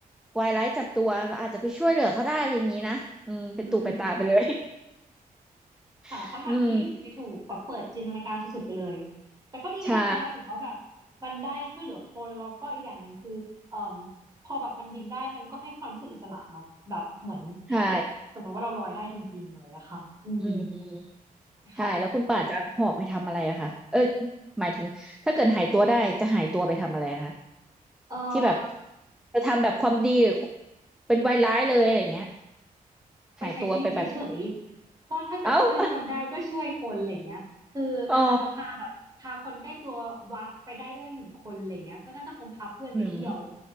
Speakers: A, in the centre; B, on the right.
A: วายร้ายจับตัวเราอาจจะไปช่วยเหลือเขาได้อะไรอย่างนี้นะอืมเป็นตุเป็นตาไปเลย
B: อืม ค่ะคำถามนี้่ผิดไม่ถูกแบบเปิดจินตนาการสุดๆไปเลย
A: <laughs> อืม
B: แต่ก็ดีนะคะหมายถึงว่าแบบมันได้ช่วยเหลือคนแล้วก็อีกอย่างหนึ่งคือเอ่อพอแบบมันบินได้มันก็ให้ความรู้สึกอิสระเนาะแบบเหมือนถ้าเกิดสมมติว่าเราลอยได้จริงๆอะไรอย่างเงี้ยค่ะอืม
A: ใช่ใช่อืมอืมใช่แล้วคุณป่าจะหอบไปทำอะไรอะคะเออ
B: ค่ะ
A: หมายถึงถ้าเกิดหายตัวได้จะหายตัวไปทำอะไรอะคะ
B: เอ่อ
A: ที่แบบจะทำแบบความดีหรือเป็นวายร้ายเลยอะไรอย่างเงี้ย
B: ไปใช้ชีวิตเฉยๆก็ถ้าเกิดช่วยคนได้ก็ช่วยคนอะไรเงี้ยคืออ่ะอาจจะพาแบบพาคนใกล้ตัววาร์ปไปได้ด้วยหนึ่งคนอะไรเงี้ยก็น่าจะคงพาเพื่อนไปเที่ยว
A: หายตัวไปแบบเอ้า <laughs> อ๋ออืม